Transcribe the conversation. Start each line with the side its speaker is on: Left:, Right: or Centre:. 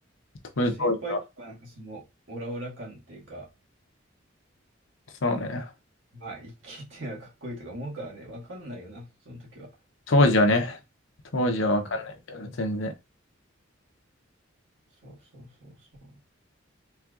Left: 当時当時は。
Right: 先輩とかなんかそのオラオラ感っていうか、
Left: そうね。
Right: まあ生きてはかっこいいとか思うからね、わかんないよな、その時は。
Left: 当時はね。当時はわかんないけど、
Right: ね
Left: 全然。
Right: そうそうそうそう。